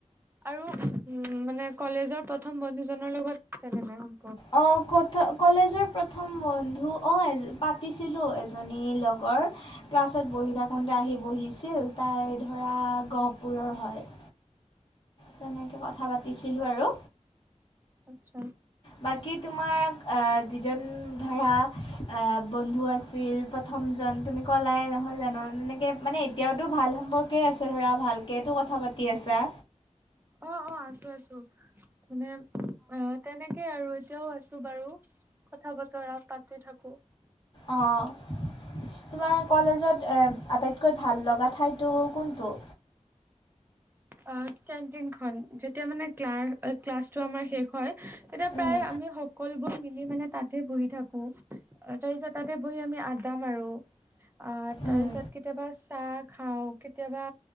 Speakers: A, on the right; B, on the left.
A: আৰু উম মানে কলেজৰ প্ৰথম বন্ধু জনৰ লগত <unintelligible>
B: অঁ কত? কলেজৰ প্ৰথম বন্ধু অঁ পাতিছিলোঁ এজনী লগৰ। ক্লাছত বহি থাকোঁতে আহি বহিছিল তাই ধৰা গহপুৰৰ হয়। তেনেকে কথা পাতিছিলোঁ আৰু।
A: আচ্ছা।
B: বাকী তোমাৰ এ যিজন ধৰা এ বন্ধু আছিল প্ৰথমজন তুমি ক'লাই নহয় জানো? যেনেকে মানে এতিয়াওতো ভাল সম্পৰ্ক, কে আছে ধৰা ভালকেতো কথা পাতি আছা।
A: অ' অ' আছো আছো, মানে অ তেনেকেই আৰু এতিয়াও আছো বাৰু। কথা বতৰা পাতি থাকো।
B: অঁ। তোমাৰ কলেজত এ আটাইতকৈ ভাল লগা ঠাইতো কোনটো?
A: অ' কেনটিনখন, যেতিয়া মানে ক্লা ক্লাছটো আমাৰ শেষ, হয়, তেতিয়া
B: উম,
A: প্ৰায় আমি সকলোবোৰ মিলি মানে তাতে বহি থাকো। তাৰপিছত তাতে বহি আমি আড্ডা মাৰো। আহ' তাৰপিছত
B: উম।
A: কেতিয়াবা চাহ খাওঁ, কেতিয়াবা